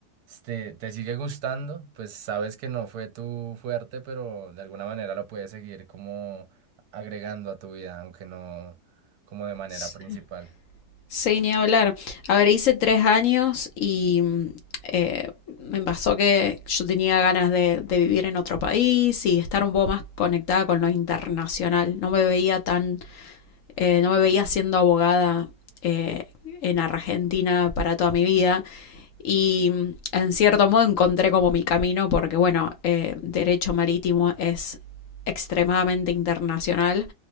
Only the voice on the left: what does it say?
sí.
Sí, ni hablar. A ver, hice tres años y mm, eh, me pasó que yo tenía ganas de, de vivir en otro país y estar un poco más conectada con lo internacional. No me veía tan, eh, no me veía siendo abogada eh, en Argentina para toda mi vida. Y mm, en cierto modo encontré como mi camino porque, bueno, eh, derecho marítimo es extremadamente internacional,